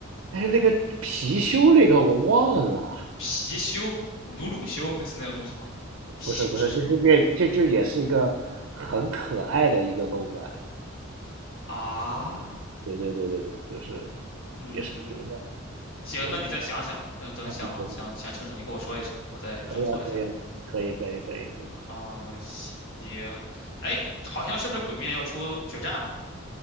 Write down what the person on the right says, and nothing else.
哎，那个貔貅那个我忘了，
不是不是，就这这这这也是一个很可爱的一个动漫。
对对对对对，就是
也是个国漫。
我
啊，对，
可以啊，可以啊，可以可以可以可以。